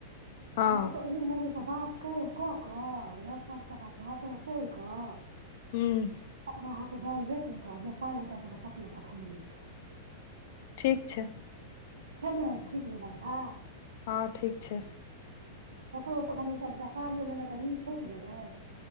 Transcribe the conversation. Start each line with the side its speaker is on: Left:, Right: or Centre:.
Left: हँ
Right: कहलिए ओकर ओहि मौगी से बात कैर कऽ कऽ दस पाँच टाका घटो सह कऽ
Left: हूं।
Right: आ ओकरा हाथे दाइल बेच लेतो आ जे पाइ होते से ओकर कपड़ा लत्ता खरीद लेतो।
Left: ठीक छै।
Right: छै नय ठीक व्यवस्था?
Left: हां ठीक छै।
Right: कपड़ो सब कनि एकटा दूटा साड़ियो लेनाइ तऽ नीक छै कि नय गै?